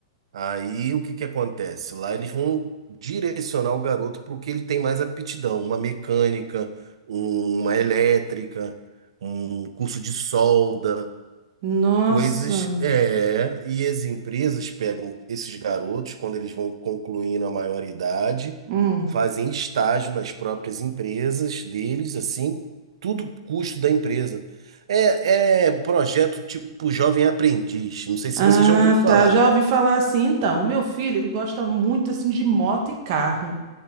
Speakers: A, on the right; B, on the right.
A: Aí o que que acontece? Lá eles vão direcionar o garoto para o que ele tem mais aptidão, uma mecânica, um- uma elétrica, um curso de solda,
B: Nossa.
A: coisas. É, e as empresas pegam esses garotos quando eles vão concluindo a maioridade,
B: Hum.
A: fazem estágio nas próprias empresas deles, assim, tudo custo da empresa. É, é projeto tipo Jovem Aprendiz. Não sei se
B: Ah,
A: você já ouviu falar.
B: tá. Já ouvi falar assim. Então, o meu filho, ele gosta muito assim de moto e carro.